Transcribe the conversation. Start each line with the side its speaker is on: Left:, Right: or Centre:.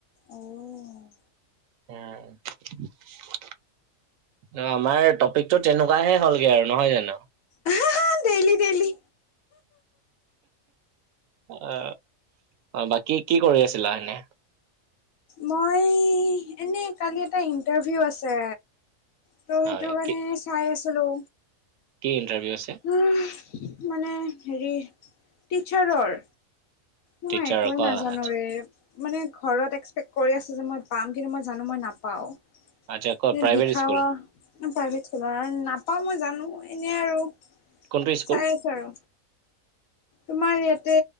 Left: অ। উম।
Right: অহ। অ আমাৰ টপিকটো তেনেকুৱাহে হ'লগে আৰু নহয় জানো
Left: আ হা হা দেইলি দেইলি।
Right: অ, অ বাকী কি কৰি আছিলা এনে?
Left: মই এনে নে, কালি এটা ইণ্টাৰভিউ আছে। ত সেইটোৰ
Right: হয়
Left: কাৰণে
Right: কি
Left: চাই আছিলোঁ।
Right: কি ইণ্টাৰভিউ আছে?
Left: উমহ, মানে হেৰী টিচাৰৰ। মই
Right: টিচাৰ
Left: একোৱে
Right: ক
Left: নাজানো
Right: আচ্ছা
Left: ৰে। মানে ঘৰত এক্সপেক্ট কৰি আছে যে মই পাম কিন্তু মই জানো মই নাপাওঁ।
Right: আচ্ছা ক
Left: এনে
Right: প্ৰাইভেট
Left: দিখাৱা
Right: স্কুল
Left: প্ৰাইভেট স্কুলৰ নাপাওঁ মই জানো এনে আৰু।
Right: কোনটো স্কুল
Left: চাই আছোঁ আৰু। তোমাৰ ইয়াতে